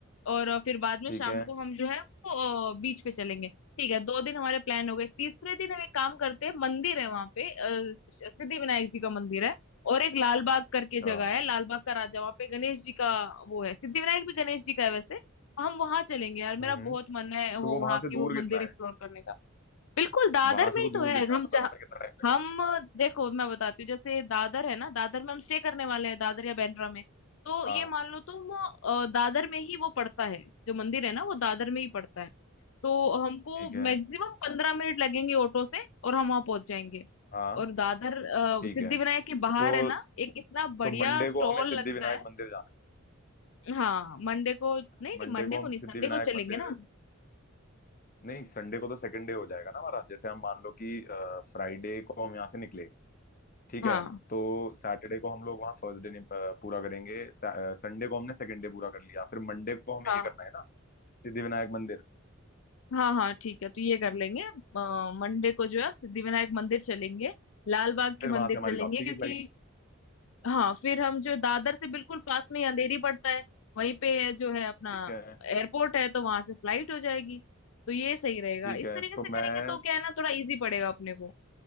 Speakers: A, on the left; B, on the left.
A: और अ, फिर बाद में
B: ठीक
A: शाम
B: है
A: को हम जो है वो अ, बीच पे चलेंगे ठीक है दो दिन हमारे प्लान हो गए तीसरे दिन हम एक काम करते हैं मंदिर है वहां पे अ, सिद्धि विनायक जी का मंदिर है और एक लाल बाग करके
B: अच्छा
A: जगह है लाल बाग का राजा वहां पे गणेश जी का वो है सिद्धि विनायक भी गणेश जी का है वैसे हम वहां चलेंगे यार मेरा
B: हम्म
A: बहुत मन है वो
B: तो वो वहां
A: वहां की
B: से
A: वो
B: दूर
A: मंदिर
B: कितना
A: एक्सप्लोर
B: है
A: करने का बिल्कुल दादर
B: वहां
A: में
B: से वो
A: ही
B: दूर
A: तो है
B: कितना
A: हम
B: है मतलब
A: जहाँ
B: हमें कितना टाइम
A: हम देखो मैं बताती हूँ जैसे दादर है ना दादर में हम स्टे करने वाले हैं दादर या बांद्रा में
B: लगेगा
A: तो ये
B: हाँ
A: मान लो तुम अ, दादर में ही वो पड़ता है जो मंदिर है ना वो दादर में ही पड़ता है तो हमको
B: ठीक है
A: मैक्सिमम पंद्रह मिनट लगेंगे ऑटो से और हम वहां पहुंच जाएंगे
B: हाँ
A: और दादर अ,
B: ठीक
A: सिद्धिविनायक
B: है
A: के बाहर
B: तो
A: है ना एक इतना
B: तो
A: बढ़िया
B: मंडे
A: स्टॉल
B: को हमें सिद्धि
A: लगता
B: विनायक
A: है
B: मंदिर जाना
A: हाँ मंडे को नहीं
B: है मंडे
A: नहीं मंडे
B: को
A: को
B: हम
A: नहीं
B: सिद्धि
A: संडे
B: विनायक
A: को चलेंगे
B: मंदिर
A: ना हम
B: नहीं संडे को तो सेकंड डे हो जाएगा ना हमारा जैसे हम मान लो कि फ्राइडे को हम यहाँ से निकले ठीक
A: हाँ
B: है तो सैटरडे को हम लोग वहाँ फर्स्ट डे पूरा करेंगे संडे को हमने सेकंड डे पूरा कर लिया फिर मंडे को हमें
A: हाँ
B: ये करना है ना सिद्धि विनायक मंदिर
A: हाँ हाँ ठीक है तो ये कर लेंगे अ, मंडे को जो है सिद्धिविनायक मंदिर चलेंगे लाल बाग के
B: फिर
A: मंदिर
B: वहां से हमारी
A: चलेंगे
B: वापसी
A: क्योंकि
B: की फ्लाइट
A: हाँ फिर हम जो दादर से बिल्कुल पास में ही अंधेरी पड़ता है वहीं पे जो है अपना
B: ठीक है
A: एयरपोर्ट है तो वहां से फ्लाइट हो जाएगी तो ये सही रहेगा
B: ठीक
A: इस
B: है
A: तरीके
B: तो
A: से करेंगे
B: मैं
A: तो क्या है ना थोड़ा इजी पड़ेगा अपने को